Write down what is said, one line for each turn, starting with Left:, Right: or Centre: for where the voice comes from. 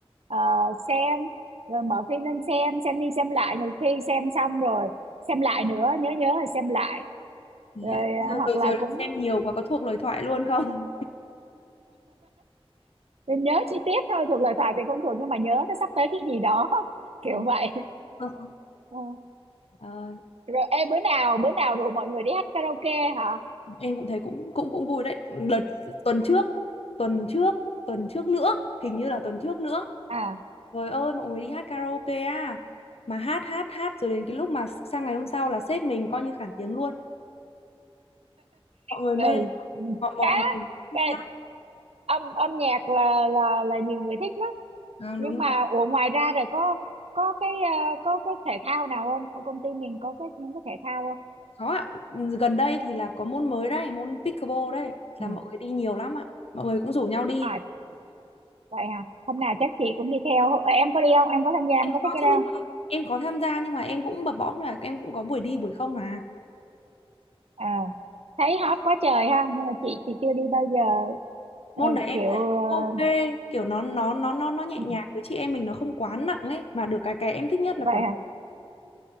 Right: ờ, xem rồi mở phim lên xem xem đi xem lại nhiều khi xem xong rồi xem lại nữa nhớ nhớ rồi xem lại
Left: Thế
Right: rồi
Left: ạ. rồi
Right: ờ, hoặc là
Left: rồi
Right: cũng
Left: xem nhiều quá có thuộc lời thoại luôn không
Right: nhớ chi tiết thôi thuộc lời thoại thì không thuộc nhưng mà nhớ nó sắp tới cái gì đó <laughs> kiểu
Left: Ừ.
Right: vậy
Left: Không, không.
Right: Ờ.
Left: Ờ,
Right: rồi em bữa nào bữa nào rủ mọi người đi hát karaoke hả
Left: em cũng thấy cũng cũng cũng vui đấy đợt tuần trước tuần trước tuần trước nữa hình như là tuần trước nữa
Right: à
Left: trời ơi mọi người đi hát karaoke à mà hát hát hát rồi đến cái lúc mà sang ngày hôm sau là sếp mình coi như khản tiếng luôn mọi người
Right: ừ
Left: mê lắm. mọi mọi,
Right: khá
Left: mọi người thích
Right: cái
Left: hát
Right: âm âm nhạc là là là nhiều người thích lắm
Left: Ừ,
Right: nhưng
Left: đúng rồi
Right: mà ủa ngoài ra rồi có có cái ờ, có cái thể thao nào không công ty mình có cái những cái thể thao không
Left: Có ạ, gần đây thì là có môn mới đấy, môn pickleball đấy, là
Right: ừ.
Left: mọi người đi nhiều lắm ạ. Mọi người cũng rủ nhau đi.
Right: à vậy hả hôm nào chắc chị cũng đi theo Ờ, em có đi không em có tham gia em
Left: Em
Right: có thích
Left: có
Right: cái
Left: chứ
Right: đâu
Left: nhưng
Right: không
Left: mà em có tham gia nhưng mà em cũng bập bõm là em cũng có buổi đi buổi không mà.
Right: Ờ, thấy hot quá trời ha nhưng mà chị chị chưa đi bao giờ
Left: Môn
Right: Ờ,
Left: đấy em
Right: kiểu
Left: thấy
Right: ờ,
Left: ok, kiểu nó nó nó nó nó nhẹ
Right: ừ,
Left: nhàng với chị em mình nó không quá nặng ấy mà được cái cái em thích nhất là
Right: vậy
Left: quần
Right: hả